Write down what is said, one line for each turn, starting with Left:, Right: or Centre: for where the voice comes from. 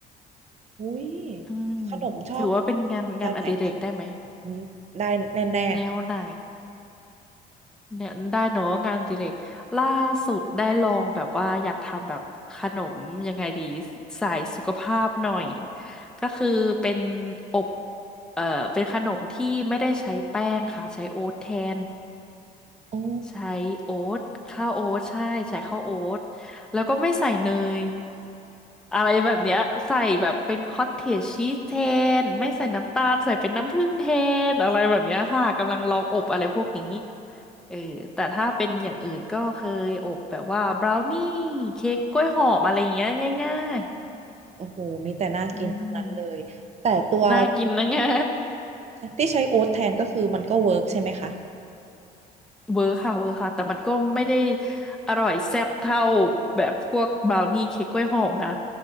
Right: อุ้ย
Centre: อืม
Right: ขนมชอบเป็น
Centre: ถือว่าเป็นงานงานอดิเรกได้ไหม
Right: แนวไหนคะอืมได้แน่ๆค่ะ
Centre: แนวไหน เนี่ยได้เนาะงานอดิเรกล่าสุดได้ลองแบบว่าอยากทำแบบขนมยังไงดีสายสุขภาพหน่อยก็คือเป็นอบเอ่อเป็นขนมที่ไม่ได้ใช้แป้งค่ะใช้โอ๊ตแทน
Right: อ๋อ
Centre: ใช้โอ๊ตข้าวโอ๊ตใช่ใช้ข้าวโอ๊ตแล้วก็ไม่ใส่เนย อะไรแบบเนี้ยใส่แบบเป็นคอตเทจชีสแทนไม่ใส่น้ำตาลใส่เป็นน้ำผึ้งแทนอะไรแบบเนี้ยค่ะกำลังลองอบอะไรพวกนี้เออแต่ถ้าเป็นอย่างอื่นก็เคยอบแบบว่าบราวนี่เค้กกล้วยหอมอะไรอย่างเงี้ยง่าย
Right: โอ้โหมีแต่น่ากินทั้งนั้นเลย
Centre: ๆอืม
Right: แต่ตัว
Centre: น่ากินนะ <laughs> งะ
Right: ที่ใช้โอ๊ตแทนก็คือมันก็เวิร์กใช่ไหมคะ
Centre: เวอร์ค่ะเวอร์ค่ะแต่มันก็ไม่ได้อร่อยแซ่บเท่าแบบพวกบราวนี่เค้กกล้วยหอมนะ